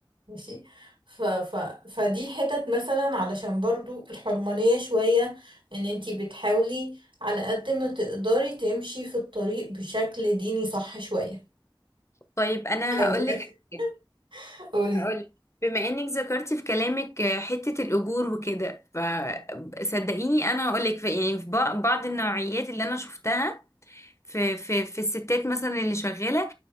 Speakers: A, on the right (about 85°); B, on the left (about 35°).
A: ماشي ف ف فدي حتت مثلا علشان برضو الحرمانية شوية ان انتي بتحاولي على قد ما تقدري تمشي في الطريق بشكل ديني صح شوية
B: طيب انا
A: <laughs>
B: هقولك حاجة
A: قولي
B: هقولك بما انك ذكرتي في كلامك آه، حتة الأجور وكده فصدقيني انا هقولك في يعني في بع- بعض النوعيات اللي انا شفتها في في في الستات مثلا اللي شغالة